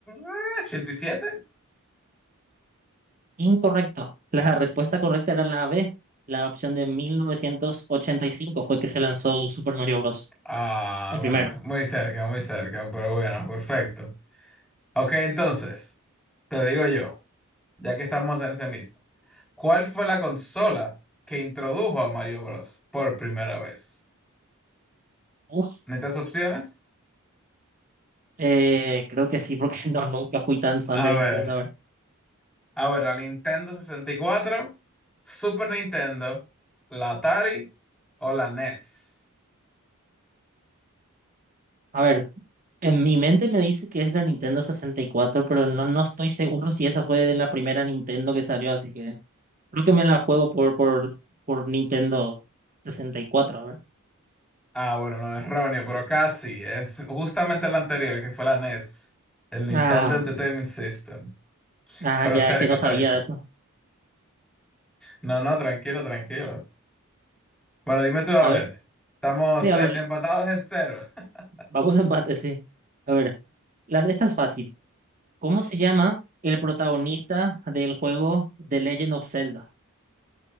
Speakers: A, in the centre; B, on the right (about 35°).
A: ah, 87.
B: Incorrecto. La respuesta correcta era la B. La opción de 1985 fue que se lanzó Super Mario Bros.
A: Ah,
B: El primero.
A: bueno, muy cerca, muy cerca, pero bueno, perfecto. Ok, entonces, te digo yo, ya que estamos en ese mismo. ¿Cuál fue la consola que introdujo a Mario Bros. por primera vez?
B: Uf,
A: ¿Necesitas opciones?
B: eh, creo que sí, porque <laughs> no, nunca fui tan fan
A: A
B: de Nintendo.
A: ver,
B: A ver,
A: a ver, la Nintendo sesenta y cuatro, Super Nintendo, la Atari o la NES.
B: a ver, en mi mente me dice que es la Nintendo sesenta y cuatro pero no, no estoy seguro si esa fue de la primera Nintendo que salió, así que Creo que me la juego por, por, por Nintendo 64, a ver.
A: Ah, bueno, no, erróneo, pero casi. Es justamente el anterior, que fue la NES, el Nintendo
B: Ah,
A: Entertainment System.
B: ah,
A: Pero
B: ya
A: cerca,
B: que no sabía
A: cerca.
B: eso.
A: No, no, tranquilo, tranquilo. Bueno, dime tú, a
B: A
A: ver.
B: ver,
A: Estamos
B: sí, a
A: eh,
B: ver,
A: empatados en cero. <laughs>
B: vamos <laughs> a empate, sí. A ver, las, esta es fácil. ¿Cómo se llama el protagonista del juego The Legend of Zelda?